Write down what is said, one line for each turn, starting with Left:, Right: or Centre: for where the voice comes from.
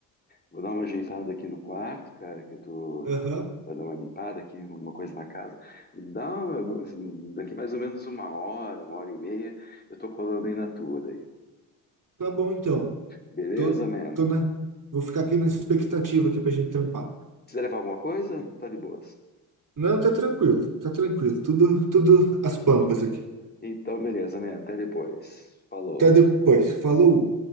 Left: vou dar uma ajeitada aqui no quarto, cara, que eu tô...
Right: Aham,
Left: Vai dar uma limpada aqui, alguma coisa na casa. Dá uma... Daqui mais ou menos uma hora, uma hora e meia, eu tô colando aí na tua daí.
Right: Tá bom então.
Left: Beleza,
Right: Tô,
Left: man?
Right: tô na, vou ficar aqui na expectativa aqui pra gente trampar.
Left: Precisa levar alguma coisa? Tá de boas.
Right: Não, tá tranquilo, tá tranquilo. Tudo, tudo às pampas aqui.
Left: Então, beleza, man. Até depois. Falou.
Right: Até depois. Falou!